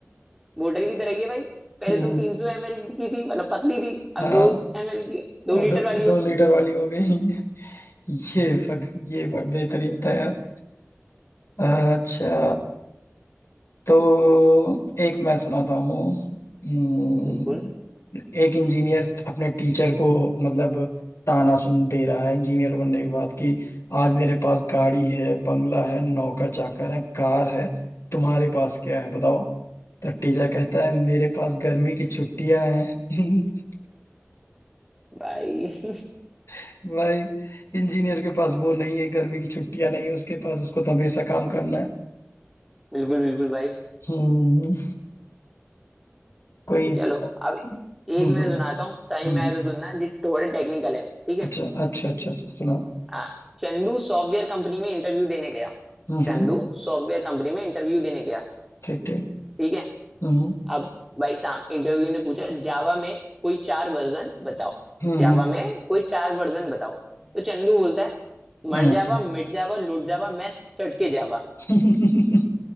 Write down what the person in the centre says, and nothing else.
वोटर की तरह ही है भाई पहले
तुम तीन सौ एमएल की थी मतलब पतली थी
अब दो एमएल की
दो लीटर
वाली
हो
बिल्कुल
भाई <laughs>
बिल्कुल बिल्कुल भाई
चलो
अब एक
मैं
सुनाता हूँ समझ
में आया तो सुनना जी थोड़ा टेक्निकल है ठीक है
हाँ चंदू सॉफ्टवेयर कंपनी में इंटरव्यू देने गया
चंदू
सॉफ्टवेयर कंपनी में इंटरव्यू देने गया
ठीक है
अब भाई साहब इंटरव्यू ने पूछा जावा में कोई चार वर्जन बताओ
जावा
में कोई चार वर्जन बताओ तो चंदू बोलता है
मर जावा मिट जावा लूट जावा मैं सट के जावा